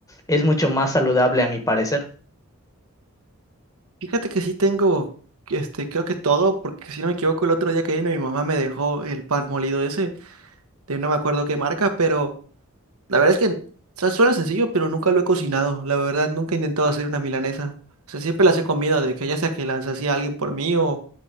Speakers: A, on the left; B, on the right.
A: es mucho más saludable a mi parecer.
B: Fíjate que sí tengo, este, creo que todo, porque si no me equivoco, el otro día que vino mi mamá me dejó el pan molido ese, de no me acuerdo qué marca, pero la verdad es que, o sea, suena sencillo, pero nunca lo he cocinado. La verdad, nunca he intentado hacer una milanesa. O sea, siempre las he comido, de que ya sea que las hacía alguien por mí o,